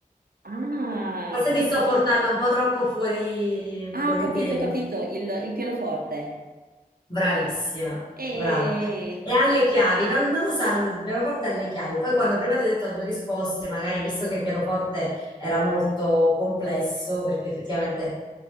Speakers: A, on the right; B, on the left.
A: Ah,
B: Forse ti sto portando un po' troppo fuori,
A: ah,
B: fuori
A: ho capito,
B: tema.
A: ho capito. Il, il pianoforte.
B: Bravissima,
A: E
B: brava. E alle chiavi, non, non lo sanno tutti, il pianoforte alle chiavi. Poi quando prima ti ho detto a due risposte, magari visto che il pianoforte era molto complesso, perché effettivamente